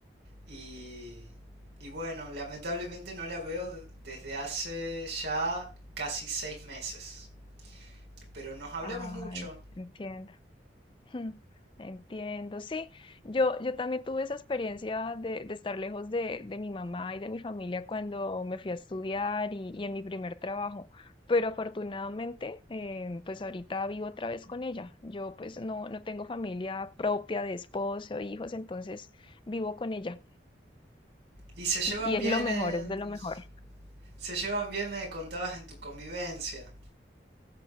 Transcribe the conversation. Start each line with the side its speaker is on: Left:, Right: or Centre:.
Right: Y, y bueno, lamentablemente no la veo desde hace ya casi seis meses. Pero nos hablamos
Left: Ay,
Right: mucho.
Left: entiendo. <laughs> Hmm, Entiendo, sí. Yo, yo también tuve esa experiencia de, de estar lejos de, de mi mamá y de mi familia cuando me fui a estudiar y, y en mi primer trabajo. Pero afortunadamente, eh, pues ahorita vivo otra vez con ella. Yo pues no, no tengo familia propia de esposo, hijos, entonces vivo con ella.
Right: Y se llevan
Left: Y, y
Right: bien
Left: es lo mejor,
Right: en...
Left: es de lo mejor.
Right: Se llevan bien, me contabas, en tu convivencia.